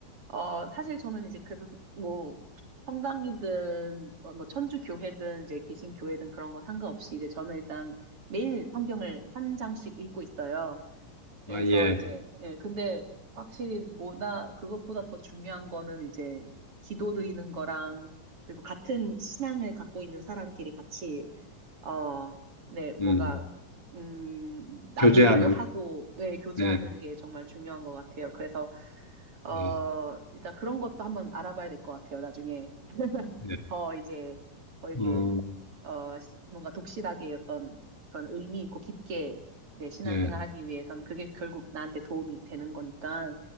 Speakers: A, on the right; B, on the left.
A: 어, 사실 저는 이제 그래서 뭐 성당이든 뭐, 뭐 천주 교회든 이제 개신 교회든 그런 거 상관없이 이제 저는 일단 매일 성경을 한 장씩 읽고 있어요. 그래서
B: 아 예,
A: 이제 예, 근데 확실히 뭐나 그것보다 더 중요한 거는 이제 기도 드리는 거랑 그리고 같은 신앙을 갖고 있는 사람끼리 같이 어, 네, 뭔가,
B: 음,
A: 음, 나누기도
B: 교제하는,
A: 하고, 네, 교제하는
B: 네,
A: 게 정말 중요한 것 같아요. 그래서, 어,
B: 네.
A: 일단 그런 것도 한번 알아봐야 될 것 같아요. 나중에
B: 예.
A: 더 이제, 더 이렇게,
B: 음,
A: 어, 시- 뭔가 독실하게 어떤 그런 의미 있고 깊게, 네, 신앙생활
B: 예,
A: 하기 위해선 그게 결국 나한테 도움이 되는 거니까,